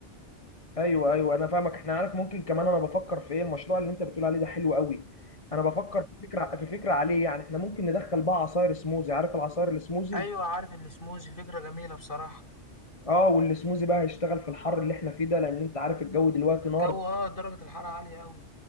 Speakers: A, on the left; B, on the left.
A: ايوه ايوه انا فاهمك احنا عارف ممكن كمان انا بفكر في ايه المشروع اللي انت بتقول عليه ده حلو قوي انا بفكر في فكره في فكره عليه يعني احنا ممكن ندخل بقى عصاير سموزي عارف العصاير السموزي
B: ايوه عارف السموزي فكره جميله بصراحه
A: اه والسموزي بقى هيشتغل في الحر اللي احنا فيه ده لان انت عارف الجو دلوقتي نار
B: جو اه درجه الحراره عاليه قوي